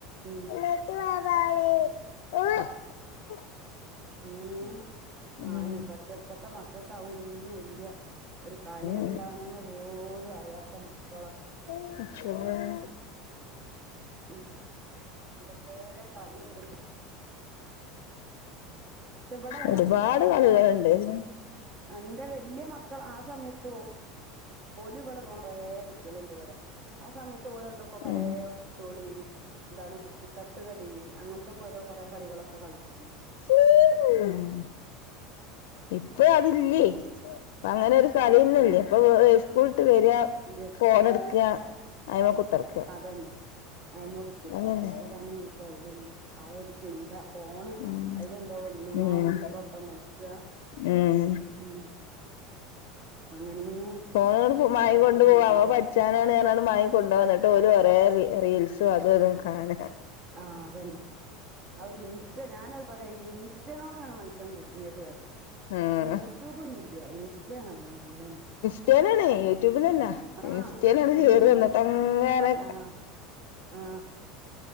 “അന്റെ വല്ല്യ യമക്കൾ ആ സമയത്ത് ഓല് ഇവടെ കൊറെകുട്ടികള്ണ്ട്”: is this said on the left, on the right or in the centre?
Right